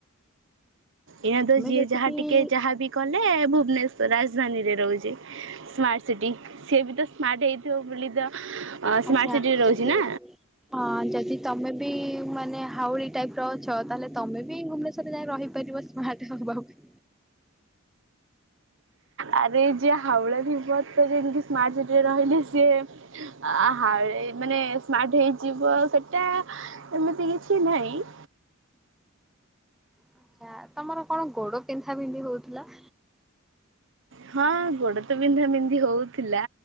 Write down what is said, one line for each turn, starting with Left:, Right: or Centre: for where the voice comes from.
Right: ଏହା ଯିଏ
Centre: ଯଦି
Right: ଯାହା
Centre: ବି
Right: ଟିକେ,
Centre: ହଁ,
Right: ଯାହା ବି କଲେ ଭୁ ଭୁବନେଶର ରାଜଧାନୀରେ ରହୁଛି, ସ୍ମାର୍ଟ ସିଟି, ସିଏ ବି ତ ସ୍ମାର୍ଟ ହେଇଥିବ, ବୋଲି ତ ସ୍ମାର୍ଟ
Centre: ଆଚ୍ଛା
Right: ସିଟିରେ ରହୁଛି
Centre: ଯଦି
Right: ନା?
Centre: ହଁ ଯଦି ତମେ ମାନେ ହାଉଡ଼ି ଟାଇପ ର ଅଛ, ତାହେଲେ ତମେ ବି ଭୁବନେଶ୍ୱରରେ ଯାଇଏ ରହିବ ସ୍ମାର୍ଟ ହେବ ପାଇଁ।
Right: ଆରେ ଯିଏ ହାଉଲା ହେଉଥିବ, ତ ସେମିତି ସ୍ମାର୍ଟ ସିଟିରେ ରହିଲେ ସିଏ ହ ମାନେ ସ୍ମାର୍ଟ ହେଇଯିବ, ସେଟା ଏମିତି କିଛି ନାହିଁ। <inaudible>
Centre: ଆଛା, ତମର କଣ ଗୋଡ ପିନ୍ଧା ବିିନ୍ଧି ହଉଥିଲା?
Right: ହଁ ଗୋଡ ତ ବିନ୍ଧା ବିନ୍ଧି ହଉ ଥିଲା,